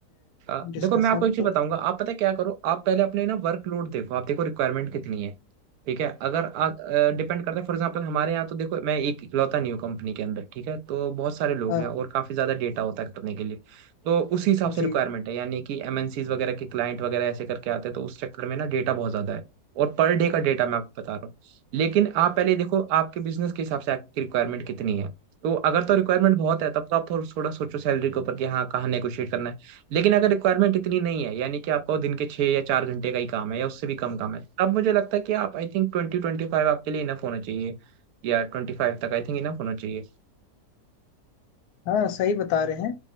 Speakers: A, on the right; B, on the left.
A: अ,
B: डिस्कशन
A: देखो मैं आपको एक चीज
B: तो
A: बताऊंगा आप पता है क्या करो आप पहले अपने ना वर्कलोड देखो आप देखो रिक्वायरमेंट कितनी है ठीक है अगर डिपेंड करता है फॉर एग्जांपल हमारे यहाँ तो देखो मैं एक इकलौता न्यू कंपनी के अंदर ठीक है तो बहुत सारे लोग
B: हाँ
A: हैं और काफी ज्यादा डेटा होता है करने के लिए तो उसी हिसाब से
B: जी
A: रिक्वायरमेंट है यानी कि एमएनसीज वगैरह के क्लाइंट वगैरह ऐसे करके आते हैं तो उस चक्कर में ना डेटा बहुत ज्यादा है और पर डे का डेटा मैं आपको बता रहा हूँ लेकिन आप पहले देखो आपके बिजनेस के हिसाब से आपकी रिक्वायरमेंट कितनी है तो अगर तो रिक्वायरमेंट बहुत है तब तो आप थोड़ा थोड़ा सोचो सैलरी के ऊपर कि हाँ कहाँ नेगोशिएट करना है लेकिन अगर रिक्वायरमेंट इतनी नहीं है यानी कि आपका वो दिन के छः या चार घंटे का ही काम है या उससे भी कम काम है तब मुझे लगता है कि आप आई थिंक ट्वेंटी ट्वेंटी फाइव आपके लिए इनफ होना चाहिए या ट्वेंटी फाइव तक आई थिंक इनफ होना चाहिए
B: हाँ सही बता रहे हैं